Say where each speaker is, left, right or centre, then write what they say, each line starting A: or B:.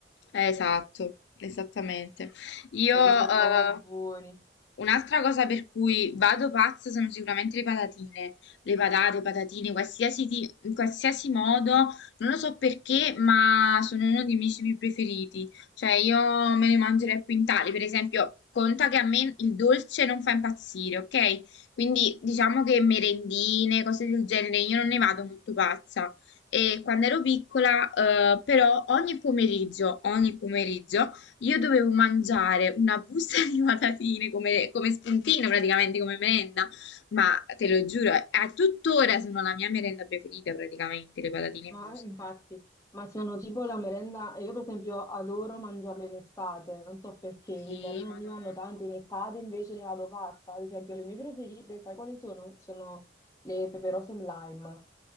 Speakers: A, on the left; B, on the left.
A: Eh, Esatto, esattamente. Io,
B: Quelli
A: eh,
B: sono proprio buoni.
A: un'altra cosa per cui vado pazza sono sicuramente le patatine. Le patate, patatine, qualsiasi di- in qualsiasi modo, non lo so perché, ma sono uno dei miei cibi preferiti. Cioè, io me ne mangerei a quintali. Per esempio, conta che a me il dolce non fa impazzire, ok? Quindi diciamo che merendine, cose del genere, io non ne vado molto pazza. E quando ero piccola, eh, però, ogni pomeriggio, ogni pomeriggio, io dovevo mangiare una busta <laughs> di patatine come, come spuntino, praticamente come merenda. Ma te lo giuro, a tuttora sono la mia merenda preferita, praticamente, le patatine in
B: Ma
A: busta.
B: infatti, ma sono tipo la merenda, io per esempio adoro mangiarle in estate, non so perché,
A: Sì,
B: in inverno
A: madonna.
B: non mi vanno tanto, in estate invece ne vado fatta. Ad esempio le mie preferite, sai quali sono? Sono le peperose in lime,